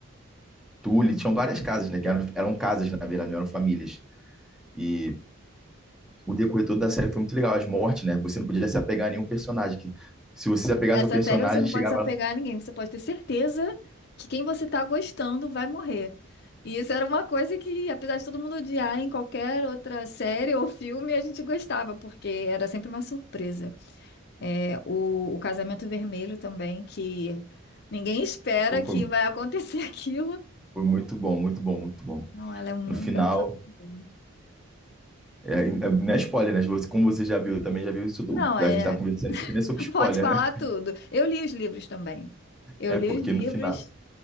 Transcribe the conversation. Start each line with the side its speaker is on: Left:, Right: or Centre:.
Centre: Tully,
Left: É.
Centre: tinham várias casas, né? Que eram, eram casas, na verdade, não eram famílias. E o decorrer todo da série foi muito legal. As mortes, né? Você não podia se apegar a nenhum personagem. Que, se você se apegasse
Left: Essa
Centre: ao personagem,
Left: série você não
Centre: chegava
Left: pode se apegar
Centre: lá.
Left: a ninguém, você pode ter certeza que quem você tá gostando vai morrer. E isso era uma coisa que, apesar de todo mundo odiar em qualquer outra série ou filme, a gente gostava, porque era sempre uma surpresa. É, o, o Casamento Vermelho também, que ninguém espera
Centre: Pô, Foi,
Left: que vai acontecer <laughs> aquilo.
Centre: foi muito bom, muito bom, muito bom.
Left: Não, ela é muito,
Centre: No final,
Left: ela foi muito boa.
Centre: é, é, não é spoiler, né? Você- Como você já viu, eu também já viu isso. tudo.
Left: Não, é,
Centre: A gente tá conversando
Left: <laughs>
Centre: isso aqui, não é sobre spoiler,
Left: pode falar
Centre: né?
Left: tudo. Eu li os livros também. Eu
Centre: É
Left: li
Centre: porque
Left: os livros.
Centre: no final.